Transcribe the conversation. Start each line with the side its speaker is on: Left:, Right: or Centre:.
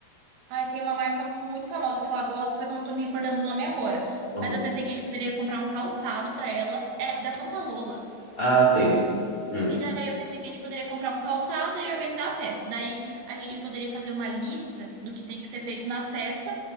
Right: Ai, tem uma marca muito famosa que ela gosta, só que eu não tô me recordando o nome agora.
Left: uhum.
Right: Mas eu pensei que a gente poderia comprar um calçado pra ela. É da Santa Lola.
Left: Ah, sim. Hum.
Right: E daí eu pensei que a gente poderia comprar um calçado e organizar a festa. Daí a gente poderia fazer uma lista do que tem que ser feito na festa.